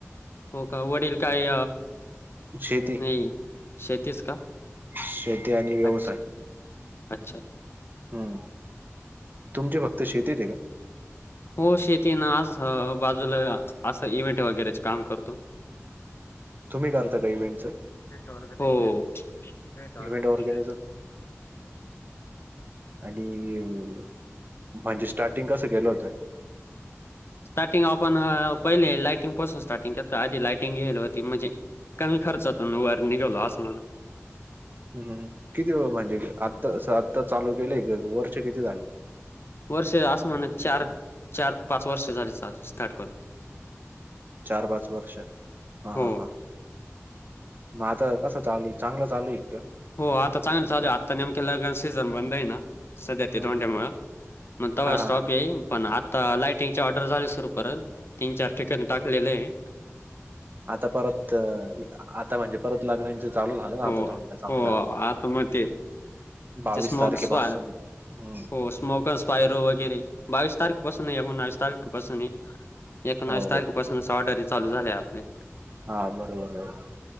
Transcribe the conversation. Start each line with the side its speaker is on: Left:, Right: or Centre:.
Left: हो, का वडील काय?
Right: शेती
Left: नाही शेतीस का?
Right: शेती आणि व्यवसाय,,
Left: अच्छा अच्छा.
Right: हम्, तुमचे फक्तऽऽ तर शेती ते का?
Left: हो, शेती ना असं, बाजूला असं इव्हेंट वगैरेचे काम करतो.
Right: तुम्ही करता का इव्हेंटचं..
Left: होय,,
Right: इव्हेंट ऑर्गॅनिझम आणि. ऽऽ म्हणजे स्टार्टिंग कसं केलं होतं?
Left: स्टार्टिंग आपणऽऽ पहिले लायटिंग पासून स्टार्टिंग केलतं आधी लायटिंग घेयल होती, म्हणजेऽऽ कमी खर्चातून वर निघलो आसनऽऽ
Right: हम्, किती म्हणजे आता आत्ता चालू केलेय वर्ष किती झाले?
Left: वर्ष आस मा ना चार चार पाच वर्ष झालीच स्टार्ट करतऽऽ
Right: चार, पाच वर्ष हा
Left: हो,
Right: हा हा. मग आता कसं चालू या चांगलं चालू य?
Left: हो आता चांगलं चालू य, आता नेमक लगना चा सीझन बंद आहे ना.. सध्या ते
Right: हम्म
Left: दोंड्यामुळं, मग तवा
Right: हा हा
Left: स्टॉप
Right: हा
Left: येईल पण आऽऽ आता लाइटिंग च ऑर्डर झाले सुरू परत,, तीन चार ठिकाणी टाकलेले आहेऽऽ
Right: आता परतऽऽ आता म्हणजे परत लग्नाचे चालू झालं ना,,
Left: हो,
Right: आता धोंडऽऽ
Left: हो आता म ते
Right: बावीस
Left: चषमोक्सवाय..
Right: तारखेपासून हम्म
Left: हो स्मोकन स्पायरो वगैरे,, बावीस तारखे पासून नाही पणवीस तारखऽऽ पाून एकोणवीस
Right: हो
Left: तारखे
Right: ब
Left: पाासूनच ऑर्डर चालू झाल्या आपलेऽऽ
Right: हा, बरोबर आहे,